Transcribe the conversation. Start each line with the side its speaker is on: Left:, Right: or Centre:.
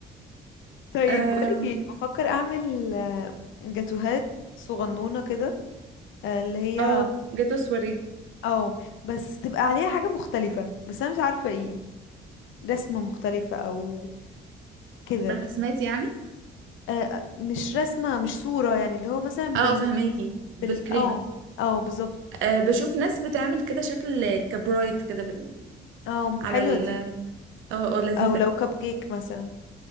Left: طيب
Right: اه
Left: بقولك ايه بفكر اعمل آه، جاتوهات صغنونة كده آه، اللي هي
Right: آه، جاتو سواري
Left: اه بس تبقى عليها حاجة مختلفة بس انا مش عارفة ايه رسمة مختلفة او كده
Right: برسمات يعني
Left: آه آه، مش رسمة مش صورة يعني اللي هو مثلا
Right: اه
Left: بال
Right: فهماكي بالكريمة
Left: بال اه اه بالظبط
Right: أه بشوف ناس بتعمل كده شكل كبرايد كده
Left: اه
Right: على
Left: حلوة
Right: ال
Left: دي
Right: اه اه لذيذة
Left: او لو كب كيك مثلا